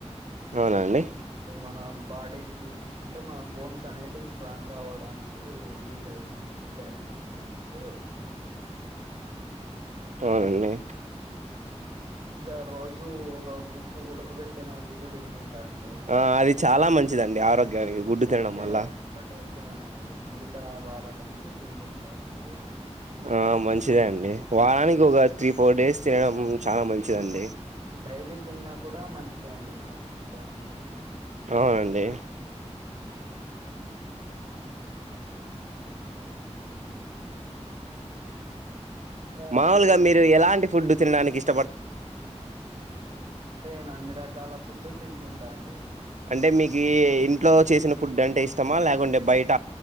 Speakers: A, on the right; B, on the right.
A: అవునండి
B: మన బాడీకి అంటే మనం బోన్స్ అనేటివి స్ట్రాంగ్ గా అవ్వడానికి యూజ్ అవుతుందండి కాల్సి ఎంతో కొంతో
A: అవునండి
B: ఇంకా రోజు ఒక గుడ్డు ఉడకబెట్టిన గుడ్డు తింటుంటా అండి
A: ఆ అది చాలా మంచిదండి ఆరోగ్యానికి గుడ్డు తినడం
B: శనివారం
A: వల్ల
B: ఒకటి తిననండి ఇంకా మిగతా వారాలన్నీ తింటుంటా గుడ్డు
A: ఆ మంచిదే అండి వారానికి ఒక త్రీ ఫోర్ డేస్ తినడం చాలా మంచిది చిదండి
B: డైలీ తిన్నా కూడా మంచిదే అండి మనకు గుడ్డు అనేది
A: అవునండి
B: అ ఇంకా
A: మాముూలుగా
B: మీరే
A: మీరు ఎలాంటి ఫుడ్ తినడానికి ఇష్ట
B: నేను అన్ని రకాల ఫుడ్డు తింటుంటా అండి
A: అంటే
B: ఇది
A: మీకి ఇంట్లో చేసిన ఫుడ్ అంటే ఇష్ట మా లేకుంటే బయట